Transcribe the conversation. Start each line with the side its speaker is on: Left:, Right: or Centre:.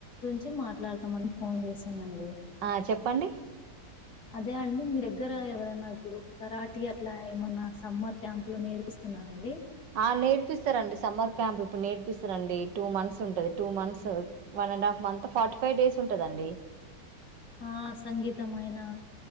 Left: వచ్చి మాట్లాడతామని ఫోన్ చేశానుండి
Right: ఆ చెప్పండి
Left: అదే అండి మీ దగ్గర ఎవరైనా ఇప్పుడు కరాఠీ అట్లా ఏమన్నా సమ్మర్ క్యాంప్ లో నేర్పిస్తున్నండి
Right: ఆ నేర్పిస్తారంండి సమ్మర్ క్యాంప్ ఇప్పుడు నేర్పిస్తారండి టూ మంత్స్ ఉంటది two months one and half month forty five days ఉంటదండి
Left: ఆ సంగీతం అయినా